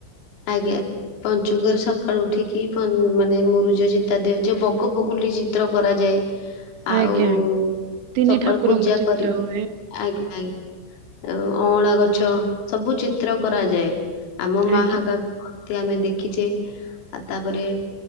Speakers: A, on the left (about 85°); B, on the right (about 70°).
A: ଆଜ୍ଞା। ପଞ୍ଚୁକରେ ସକାଳୁ ଉଠିକି ପ ମାନେ ମୁରୁଜ ଚିତା ଦିଆଯାଏ। ବଗ, ବଗୁଲି ଚିତ୍ର କରାଯାଏ। ଆଉ
B: ଆଜ୍ଞା ଆଜ୍ଞା ତିନି
A: ସକାଳୁ
B: ଠାକୁରଙ୍କ
A: ପୂଜା
B: ଚିତ୍ର
A: କରିକି
B: ହୁଏ
A: ଆଜ୍ଞା ଆଜ୍ଞା। ଅଁ ଅଁଳା ଗଛ ସବୁ ଚିତ୍ର କରାଯାଏ। ଆମ ମାହାକା
B: ଆଜ୍ଞା
A: ଗଧିଆ ଆମେ ଦେଖିଛେ। ଆଉ ତାପରେ